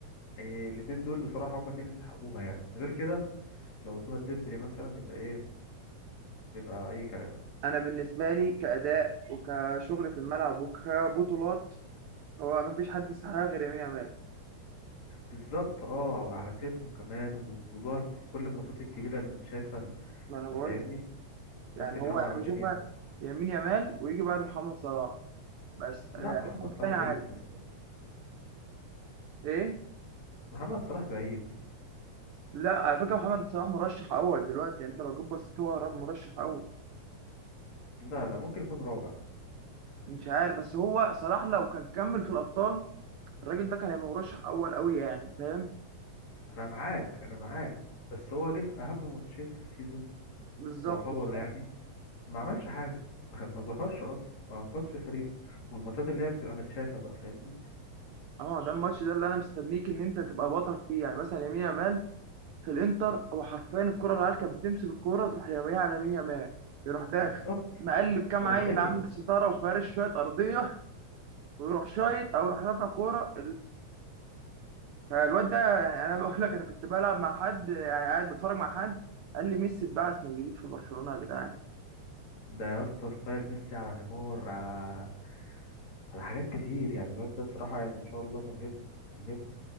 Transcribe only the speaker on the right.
انا بالنسبه لي كاداء وكشغل في الملعب وكبطولات هو مفيش حد يستحقها غير يمين يامال
ما انا بقول
لك. يعني
هو انا
بشوفها يمين يامال ويجي بعد محمد صلاح بس آه،
اي
حد تاني
عادي
ايه
لا على فكره محمد صلاح مرشح اول دلوقتي يعني انت لو جيت بصيت هو راجل مرشح اول
مش عارف بس هو صلاح لو كان كمل في الابطال الراجل ده كان هيبقى مرشح اول قوي يعني فاهم
بالظبط
كده.
اه ده الماتش ده اللي انا مستنيك ان انت تبقى بطل فيه يعني مثلا يمين يامال في الانتر هو حرفيا الكره العيال كانت بتمسك الكوره تروح يرميها على يمين يامال يروح داخل
مقلب كام
عيل عامل ستاره وفارش شويه ارضيه ويروح شايط او يروح رافع كوره فالواد ده يعني انا بقول لك انا كنت بلعب مع حد يعني قاعد بتفرج مع حد قال لي ميسي اتبعث من جديد في برشلونه يا جدعان